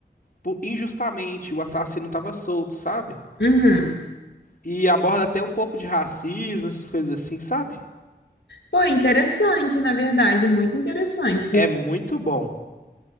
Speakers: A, on the left; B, on the left.
A: por- injustamente, o assassino tava solto, sabe?
B: Uhum.
A: E aborda até um pouco de racismo, essas coisas assim, sabe?
B: Pô, interessante, na verdade, muito interessante.
A: É muito bom.